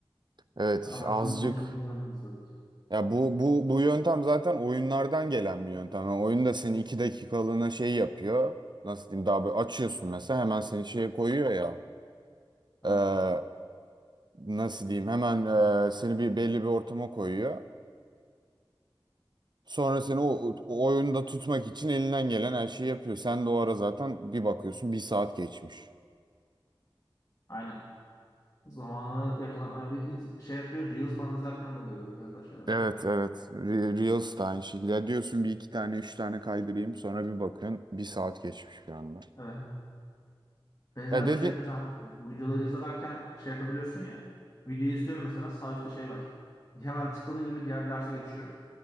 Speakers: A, on the right (about 55°); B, on the left (about 35°).
A: Evet
B: Ama
A: işte azıcık
B: çalışmak için ilgilenebiliriz tabii ki.
A: Ya bu bu bu yöntem zaten oyunlardan gelen bir yöntem. Yani oyun da seni iki dakikalığına şey yapıyor. Nasıl diyeyim daha böyle açıyorsun mesela hemen seni şeye koyuyor ya. Ee,
B: Evet.
A: nasıl diyeyim hemen e, seni bir belli bir ortama koyuyor. Sonra seni o, o oyunda tutmak için elinden gelen her şeyi yapıyor. Sen de o ara zaten bir bakıyorsun bir saat geçmiş.
B: Aynen. Zamanı yakalam. Yani bir int- şey yapıyor. Reels falan izlerken de oluyor böyle benzer şeyler.
A: Evet evet. Re- Reels de aynı şekilde. Ya diyorsun bir iki tane üç tane kaydırayım sonra bir bakıyorsun bir saat geçmiş bir anda.
B: Evet. Benzer
A: Ya dedi...
B: bir şey yapacağım. Videoları izlerken şey yapabiliyorsun ya. Videoyu izliyorum mesela sağ üstte şey var. Hemen tıkladığın gibi diğer derse geçiyor.